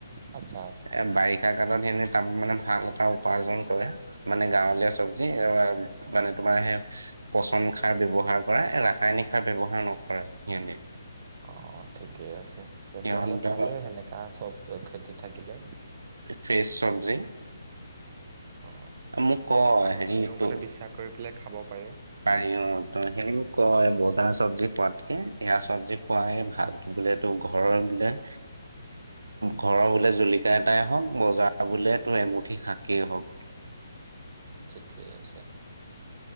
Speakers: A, on the right; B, on the right.
A: আচ্ছা আচ্ছা
B: এ বাৰিষা কালত এনে তাত মানে ভাল এটা উপাৰ্জন কৰে। মানে গাঁৱলীয়া চব্জি মানে তোমাৰ সেই পচন- সাৰ ব্যয়ৱহাৰ কৰা ৰাসায়নিক সাৰ ব্যৱহাৰ নকৰে সিহঁতে
A: অঁ ঠিকেই আছে তেন্তে
B: সিহঁতৰ
A: হলে ভালেই সেনেকা চব খেতিত থাকিলে।
B: ফ্ৰেচ চব্জি,
A: অ
B: মোক ক
A: মানুহখিনিও
B: হেৰিটো
A: মানে বিশ্বাস কৰি পেলাই খাব পাৰে।
B: পাৰি অ ত সেও কয় বজাৰ চব্জি পোৱাতকে এয়া চব্জি খোৱাই ভাল বোলে। টো ঘৰৰ বিলা- ঘৰৰ বোলে জলকীয়া এটাই হওক বজাৰ বোলে তো এমুঠি শাকেই হওক।
A: ঠিকেই আছা।